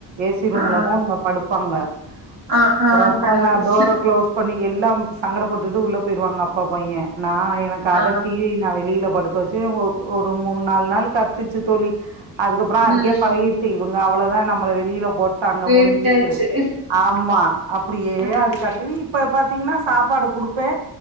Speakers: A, on the right; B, on the right.
A: ஏசி ரூம்ல
B: ஆ
A: தா அவுங்க படுப்பாங்க
B: ஆ
A: அப்புற
B: ஆ
A: அப்புற
B: பரவால்ல
A: நா டோர குளோஸ் பண்ண எல்லா சங்கட போட்டுட்டு உள்ள போயிருவாங்க அப்பா பைய நா எனக்கு
B: ஆ
A: அதட்டி நா வெளியில படுக்க வச்சு ஒரு ஒரு மூண் நாலு நாள் கத்துச்சி தோழி அதுக்கப்புறம்
B: ம்
A: அதுக்கே பழகிச்சி இவங்க அவ்வளோ தான் நம்மள வெளியில போட்டாங்க
B: விட்டாச்சு
A: முடிஞ்சிச்சி ஆமா அப்பிடியே
B: ஆ
A: அதுக்கிட்டு இப்ப பாத்தீங்கின்னா சாப்பாடு குடுப்பே